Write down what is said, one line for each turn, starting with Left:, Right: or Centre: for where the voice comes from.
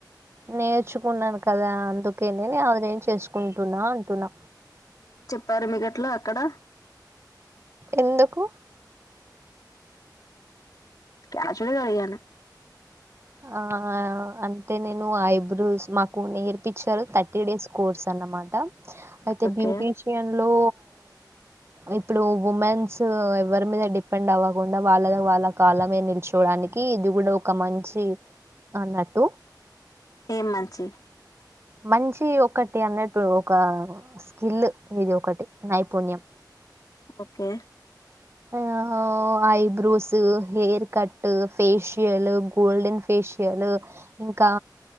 Right: నేర్చుకున్నాను కదా అందుకేనే <unintelligible> చేసుకుంటున్నా అంటున్నా
Left: పరిమిగట్ల అక్కడ
Right: ఎందుకు
Left: కౌసల్యా గా అడిగెను
Right: ఆ అంటే నేను ఐబ్రోస్ మాకు నేర్పించారు థర్టీ డేస్ కోర్స్ అనమాట అయితే
Left: ఓకే
Right: బ్యూటీషియన్లు ఇప్పుడు ఇప్పుడు ఉమెన్స్ ఎవరి మీద డిపెండ్ అవ్వకుండా వాళ్ళ వాళ్ళ కళ మీద నిల్చుకోవడానికి ఇది కూడా ఒక మంచి అన్నట్టు
Left: ఏం మంచి
Right: మంచి ఒకటి అన్నట్టు ఒక స్కిల్ ఇది ఒకటి నైపుణ్యం
Left: ఓకే
Right: ఆ eyebrows hair cut facial golden facial ఇంకా